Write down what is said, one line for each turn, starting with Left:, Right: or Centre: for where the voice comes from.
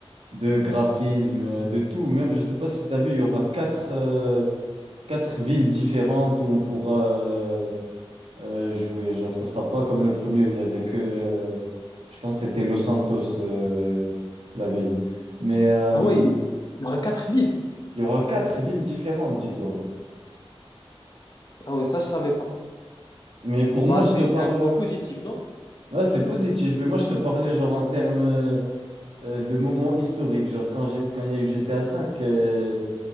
Right: de graphisme, de tout. Même, je sais pas si tu as vu, il y aura quatre, euh, quatre villes différentes où on pourra euh, euh, jouer. Genre, ça sera pas comme le premier où il y avait que, euh, je pense que c'était Los Santos, euh, la ville. Mais euh,
Left: Ah ouais, il y aura quatre villes.
Right: Il y aura quatre villes différentes, dis-toi.
Left: Ah ouais, ça je savais pas.
Right: Mais pour
Left: Bah
Right: moi, je
Left: c'est
Right: te parle.
Left: c'est un point positif, non?
Right: Ouais, c'est positif, mais moi, je te parlais genre en termes euh, euh, de moments historiques. Genre, quand j'ai, quand il y a eu GTA V, euh,